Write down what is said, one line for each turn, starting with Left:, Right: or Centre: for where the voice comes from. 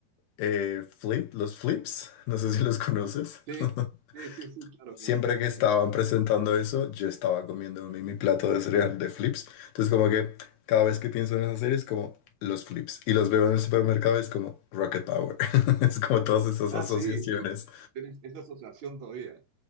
Left: eh, Flip, los Flips, no sé si los conoces.
Right: Sí,
Left: <laughs>
Right: sí, sí, sí, claro, claro,
Left: Siempre
Right: claro
Left: que estaban
Right: que sí.
Left: presentando eso, yo estaba comiendo mi, mi plato de cereal de Flips. Entonces como que cada vez que pienso en esa serie es como los Flips y los veo en el supermercado es como Rocket Power. <laughs> Es como todas esas
Right: Ah,
Left: asociaciones.
Right: sí, tienes, tienes esa asociación todavía.